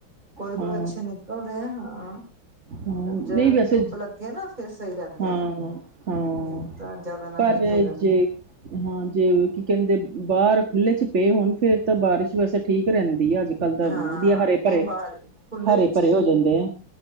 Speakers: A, on the right; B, on the right.
A: ਕੋਈ-ਕੋਈ
B: ਹਾਂ
A: ਅੱਛੇ ਨਿਕਲਦੇ ਐ ਹਾਂ
B: ਹਾਂ
A: ਜਰਾ
B: ਨਹੀਂ ਵੈਸੇ
A: ਜੀ ਧੁੱਪ ਲੱਗੀ ਦੀ ਐ ਨਾ ਫਿਰ ਸਈ ਰੈਂਦੇ
B: ਹਾਂ
A: ਐ
B: ਹਾਂ
A: ਨਈ ਤਾਂ ਜਾਦਾ
B: ਪਰ
A: ਨਮੀ ਜੀ ਹੋ ਜਾਂਦੀ
B: ਜੇ
A: ਏ।
B: ਹਾਂ, ਜੇ ਵੀ ਕੀ ਕੈਂਦੇ ਬਾਰ ਖੁੱਲ੍ਹੇ 'ਚ ਪਏ ਹੋਨ ਫੇਰ ਤਾਂ ਬਾਰਿਸ਼ ਵੈਸੇ ਠੀਕ ਰੈਂਦੀ ਐ ਅੱਜ ਕੱਲ ਤਾਂ
A: ਹਾਂ
B: ਵਦੀਆ ਹਰੇ-ਭਰੇ,
A: ਨਹੀਂ ਬਾਹਰ ਖੁੱਲੇ
B: ਹਰੇ-ਭਰੇ
A: ਵਿੱਚ ਹੀ
B: ਹੋ
A: ਹੈ
B: ਜਾਂਦੇ ਐ